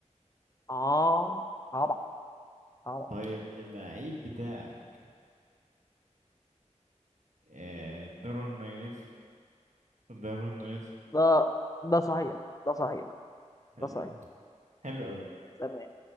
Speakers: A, on the left; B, on the right.
A: اه طبعا طبعا
B: طيب اللعيب بتاعك آه... دارون مايونيز دارون نونيز
A: ده ده صحيح ده صحيح
B: حلو
A: ده صحيح
B: أوي حلو أوي
A: تمام